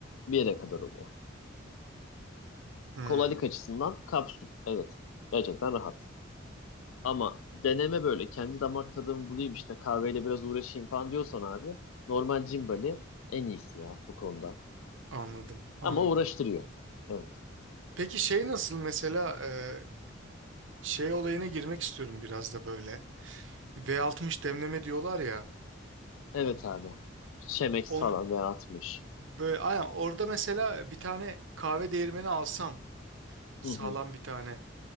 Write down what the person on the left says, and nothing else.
bir yere kadar oluyor.
Kolaylık açısından kapsül evet gerçekten rahat. Ama deneme böyle kendi damak tadımı bulayım işte kahveyle biraz uğraşayım falan diyorsan abi normal Cimbali en iyisi ya bu konuda.
Ama uğraştırıyor. Evet.
Evet abi. Şemex
falan veya atmış
Hı hı.